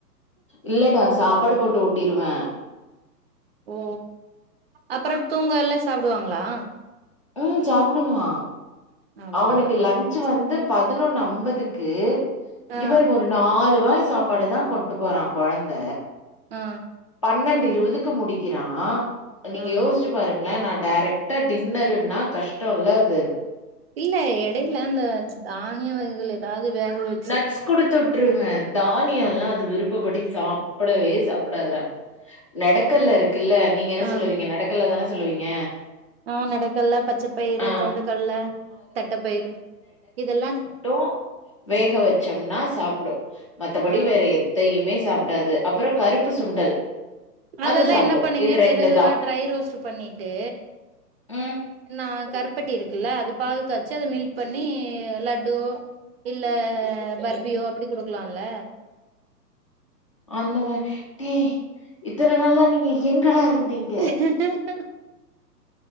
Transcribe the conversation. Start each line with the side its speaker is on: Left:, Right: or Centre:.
Left: இல்லடா சாப்பாடு போட்டு ஊட்டிருவே
Right: ஓ அப்புறோ தூங்கயில சாப்டுவாங்களா
Left: ம் சாப்பிடுவா
Right: ஆ
Left: அவனுக்கு
Right: நல்ல பழக்கம்
Left: லன்ச் வந்து பதினொன்னு அம்பதுக்கு
Right: ஆ
Left: இங்க பாருங்க ஒரு நாலு வாய் சாப்பாடு தா கொண்டு போறான் கொழந்த
Right: ஆ
Left: பன்னெண்டு இருவதுக்கு முடிக்கிறா நீங்க
Right: ஆ
Left: யோசிச்சு பாருங்களே நா டேரக்ட்டா டின்னர்னா கஷ்டோல்ல அது
Right: இல்ல எடையில இந்த தானிய வகைகள் எதாவது வேக வச்
Left: நட்ஸ் குடுத்துவிட்ருவே தானியோல்லா
Right: ம்
Left: அது விருப் ப்படி சாப்டவே சாப்டாதுடா நெடக்கல்ல இருக் குல்ல நீங்க என்ன
Right: ஆ
Left: சொல்லுவீங்க நெடக்கல்ல தானே சொல்லுவீங்க
Right: ஆ நெடக்கல்ல பச்சைப்பயிறு
Left: ஆ.
Right: கொண்டக்கல்லா தட்டபயிறு இதெல்லா
Left: டோ வேக வச்சோம்னா சாப்புடு மத்தபடி
Right: ஆ
Left: வேற எத்தையுமே சாப்டாது அப்புறோ கருப்பு சுண்டல்
Right: அதெல்லா
Left: அது சாப்பிடும்.
Right: என்ன பண்ணீங்க
Left: இது
Right: வெறும் இதுவா
Left: தான்.
Right: ட்ரை ரோஸ்ட் பண்ணிட்டு
Left: ம்.
Right: நா கருப்பட்டி இருக்குல்ல அது பாகுகாச்சு அத மில்க் பண்ணி லட்டு இல்ல பர்பியோ அப்டி குடுக்கலாம்ல
Left: அந்த மாரி டேய் இத்தன நாளா நீங்க எங்கடா இருந்தீங்
Right: <inaudible>